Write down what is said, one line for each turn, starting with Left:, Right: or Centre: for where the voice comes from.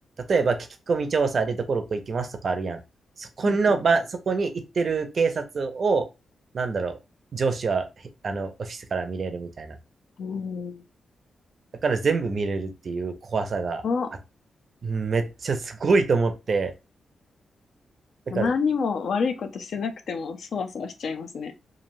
Right: 例えば聞き込み調査でどこどこ行きますとかあるやん。そこの場、
Left: はい、はい。
Right: そこに行ってる警察を、なんだろう、上司は、へあの、オフィスから見れるみたいな。
Left: ええ
Right: だから全部見れるっていう怖さがあ、
Left: お、
Right: めっちゃすごいと思って。だから、
Left: 何にも悪いことしてなくても、そわそわしちゃいますね。